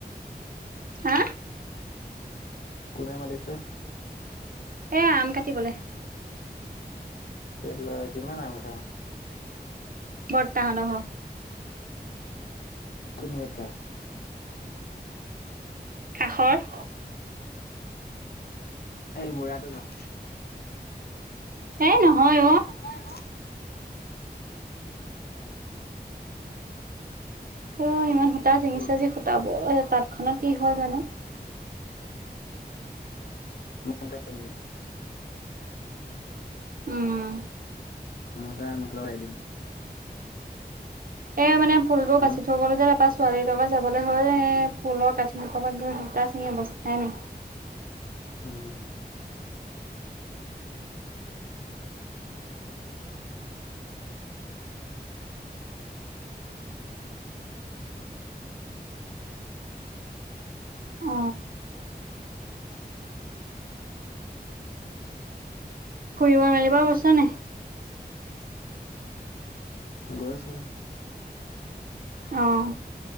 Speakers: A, on the right (about 60°); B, on the left (about 70°).
A: হা।
B: কোনে মাতিছে।
A: এ আম কাটিবলে।
B: ক্লা কিমান আম খা অ।
A: বৰটা হেট ঘৰ।
B: কোন বৰদেউতা।
A: কাষৰ।
B: এই বুঢ়াটো ঘৰ।
A: এ নহয়
B: সেই
A: অ
B: নহয় ও।
A: অ ইমান। সূটা চিঙিছে
B: গ'ল
A: আজি। তাঁত খনত কি হ'ল জানো?
B: <unintelligible>
A: উম
B: মোৰ ওচৰলে আহ মোখ লগাই দিম।
A: এ মানে ফুলবো
B: হেল্ল'
A: বাচি থৈ গলোঁ যে পাছ- ছোৱালীৰ লগত যাবলৈ হ' এ ফুলৰ কাঠি সোপাপাত ধৰি সোতা চিঙি অৱস্থাই নাই।
B: আহ
A: অ ফুৰিব মেলিব গৈছ নাই?
B: গৈছো
A: আহ